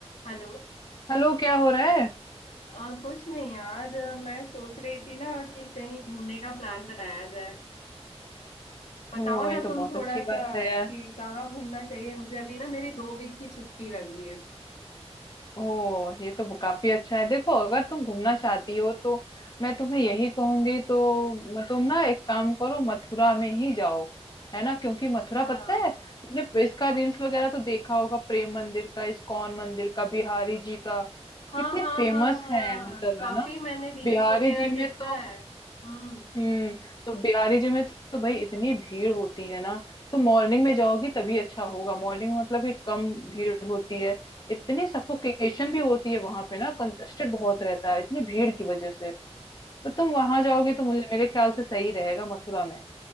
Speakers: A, on the left; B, on the left.
A: Hello
B: Hello क्या हो रहा है
A: आ, कुछ नहीं यार अ, मैं सोच रही थी ना कि कहीं घूमने का प्लान बनाया जाए बताओ
B: ओ ये
A: ना
B: तो
A: तुम
B: बहुत
A: थोड़ा
B: अच्छी बात
A: सा
B: है यार
A: कि कहाँ घूमना चाहिए मुझे अभी ना मेरी दो वीक की छुट्टी लग गई है
B: ओ ये तो काफी अच्छा है देखो अगर तुम घूमना चाहती हो तो मैं तुम्हें यही कहूंगी तो म- तुम ना एक काम करो मथुरा में ही जाओ है ना क्योंकि मथुरा
A: हाँ
B: पता है तुमने इसका रील्स वगैरह तो देखा होगा प्रेम मंदिर का इस्कॉन मंदिर का बिहारी जी का
A: हाँ
B: कितने
A: हाँ
B: फेमस
A: हाँ हाँ
B: है मतलब
A: काफी
B: है ना
A: मैंने रील्स
B: बिहारी
A: वगैरह
B: जी
A: देखा
B: में तो
A: है हम्म
B: हम्म तो बिहारी जी में तो भाई इतनी भीड़ होती है ना तो मॉर्निंग में जाओगी तभी अच्छा होगा मॉर्निंग मतलब कि कम भीड़ होती है इतनी सफोकेशन भी होती है वहां पे ना कंजस्टेड बहुत रहता है इतनी भीड़ की वजह से तो
A: अ-
B: तुम वहां जाओगी तो मुझे मेरे ख्याल से सही रहेगा मथुरा में